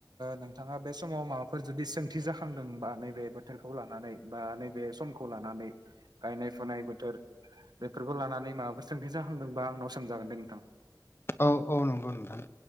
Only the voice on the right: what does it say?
नोंथाङा बे समाव माबाफोर जुदि सोंथि जाखांदोंबा नैबे बोथोरखौ लानानै बा नैबे समखौ लानानै गायनाय फुनाय बोथोर बेफोरखौ लानानै माबाफोर सोंथि जाखांदोंबा आंनाव सोंजागोन दे नोंथां